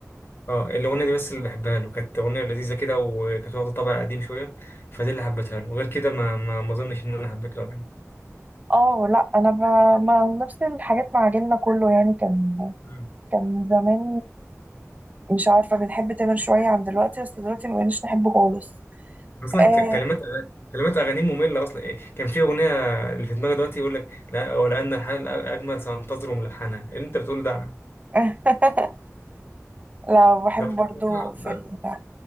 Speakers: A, on the left; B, on the right.
A: اه الأغنية دي بس اللي بحبها له كانت أغنية لذيذة كده وكانت واخدة طابع قديم شوية فدي اللي حبيتها له غير كده ما ما ما أظنش إن أنا حبيت له أغاني
B: اه لا انا ب... ما نفس الحاجات مع جيلنا كله يعني كان
A: مم.
B: كان زمان مش عارفه بنحب تامر شويه عن دلوقتي بس دلوقتي ما بقناش نحبه خالص
A: أصلا
B: آه،
A: ك- كلمات أغاني كلمات أغانيه مملة أصلا إيه، كان في أغنية اللي في دماغي دلوقتي يقول لك لا ولأن الحال أجمل سأنتظر ملحنها إيه اللي أنت بتقول ده
B: <laughs> لا بحب
A: اه
B: برضو في ال...